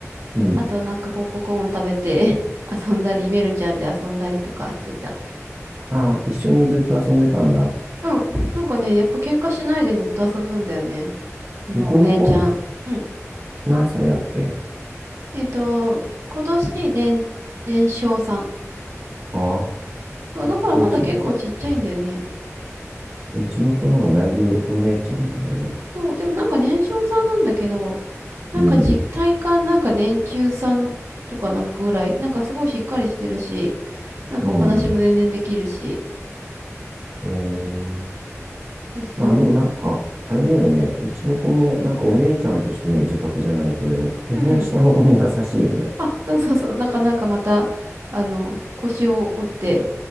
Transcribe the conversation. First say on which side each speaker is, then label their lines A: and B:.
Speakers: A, on the right; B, on the right.
A: うん。
B: あとなんかポップコーン食べて <laughs> 遊んだり、メルちゃんで遊んだりとかしてた。
A: あ、一緒にずっと遊んでたんだ。
B: うん。なんかね、やっぱ喧嘩しないでずっと遊ぶんだよね。あの、
A: 向こうの子、
B: お姉ちゃん。うん。
A: 何歳だっけ
B: えっと、今年年、年少さん。
A: ああ
B: そうだからまだ結構ちっちゃいんだよね。
A: ー、でうち、うちの子の方がだいぶお姉ちゃんなんだね。
B: そう、でもなんか年少さんなんだけど、なんか実体感なんか年中さんとかなんかぐらい、
A: うん、
B: なんかすごいしっかりしてるし、なんかお話も全然できるし、
A: うん。えー、
B: そうそ
A: まあでもなんか、あれだよね。うちの子もなんかお姉ちゃんとしての自覚じゃないけど、基本下の子に優しいよね。
B: う。うん。あ、そうそうそう。なんかなんかまた、あの、腰を折って、